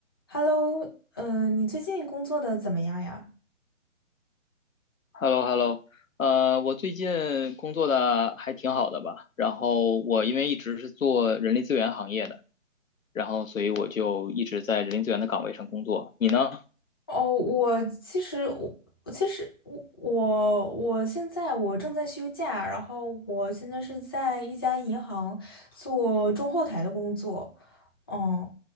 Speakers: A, on the left; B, on the left.
A: Hello，呃，你最近工作的怎么样呀？
B: h e l l o h e l l o 呃，我最近工作的还挺好的吧，然后我因为一直是做人力资源行业的，然后所以我就一直在人力资源的岗位上工作。你呢？
A: 哦，我其实我我其实我我我现在我正在休假，然后我现在是在一家银行做中后台的工作。嗯，